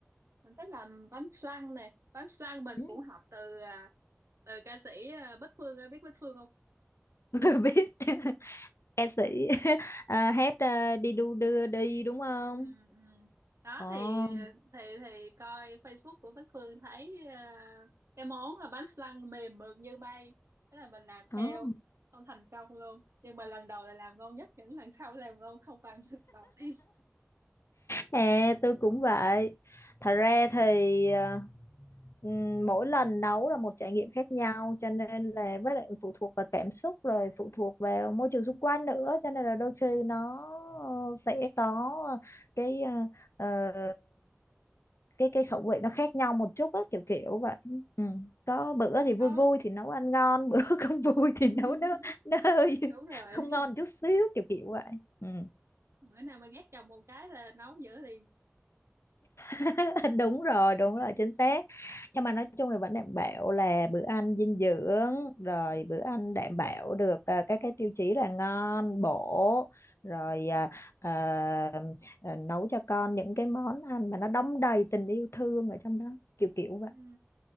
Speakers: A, on the right; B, on the left.
A: mình thích làm bánh flan nè bánh flan mình
B: Ừ,
A: cũng học từ à, từ ca sĩ à, Bích Phương em biết Bích Phương không
B: <laughs> biết ca sĩ <laughs> à, hát à, đi đu đưa đi đúng không?
A: ừ, ừ. đó
B: Ồ,
A: thì thì thì coi Facebook của Bích Phương thấy à, cái món là bánh flan mềm mượt như bay thế là mình làm
B: đó.
A: theo không thành công luôn nhưng mà lần đầu là làm ngon nhất những lần sau làm ngon không bằng lần đầu tiên
B: À, tôi cũng vậy. Thật ra thì ờ, ừm, mỗi lần nấu là một trải nghiệm khác nhau cho nên là
A: Ừ.
B: với lại phụ thuộc vào cảm xúc rồi phụ thuộc vào môi trường xung quanh nữa cho nên là đôi khi nó ờ, sẽ có cái ờ, ờ, cái cái khẩu vị nó khác nhau một chút á kiểu kiểu vậy. Ừ. Có bữa thì vui
A: có
B: vui thì nấu ăn ngon, bữa <laughs> không vui thì
A: <laughs>
B: nấu nó nó hơi
A: đúng rồi
B: không ngon chút xíu kiểu kiểu vậy. Ừ.
A: bữa nào mà ghét chồng một cái là nấu dữ liền
B: <laughs> đúng rồi đúng rồi chính xác nhưng mà nói chung là vẫn đảm bảo là bữa ăn dinh dưỡng rồi bữa
A: Ừ.
B: ăn đảm bảo được à, các cái tiêu chí là ngon bổ rồi à,
A: Ừ.
B: ờ, ờ, nấu cho con những cái món ăn mà nó đong đầy tình yêu thương ở trong đó kiểu kiểu vậy
A: ừ.